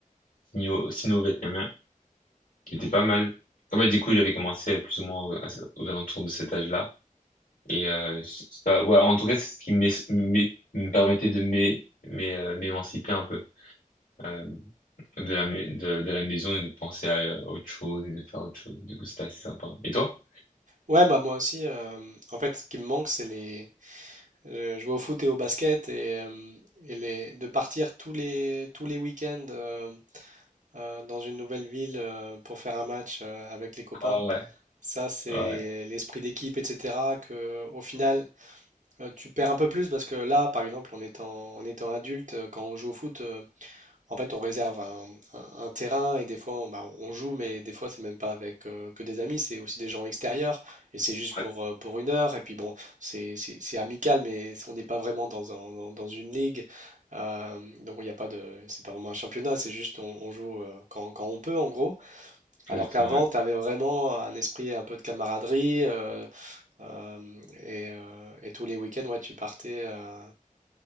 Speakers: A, on the left; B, on the right.
A: sino- sino-vietnamien qui était pas mal. En fait, du coup, j'avais commencé plus ou moins à- aux alentours de cet âge-là. Et euh, ça, ouais, en tout cas, c'est ce qui m'é- m'é- me permettait de m'é- m'é- euh, m'émanciper un peu euh, de la, mai- de, de la maison et de penser à euh, autre chose et de faire autre chose. Du coup, c'était assez sympa. Et toi?
B: Ouais, bah moi aussi, euh, en fait, ce qui me manque, c'est les. Je, je vais au foot et au basket et, euh, et les... de partir tous les, tous les week-ends euh, euh, dans une nouvelle ville euh, pour faire un match euh, avec les copains.
A: Ah ouais,
B: Ça, c'est
A: ouais,
B: l'esprit d'équipe, etc. Que, au final, euh, tu perds un peu plus parce que là, par exemple, en étant, en étant adulte, euh, quand on joue au foot, euh, en fait, on réserve un, un- un terrain et des fois, on, bah, on joue, mais des fois, c'est même pas avec euh, que des amis, c'est aussi des gens extérieurs et c'est juste
A: ouais,
B: pour, euh, pour une heure. Et puis bon, c'est c'est- c'est amical, mais on n'est pas vraiment dans, un- dans, dans une ligue. Euh, donc, il n'y a pas de, c'est pas vraiment un championnat, c'est juste on, on joue euh, quand, quand on peut, en gros. Alors
A: exactement,
B: qu'avant,
A: ouais.
B: tu avais vraiment un esprit un peu de camaraderie euh, euh, et, euh, et tous les week-ends, ouais, tu partais euh,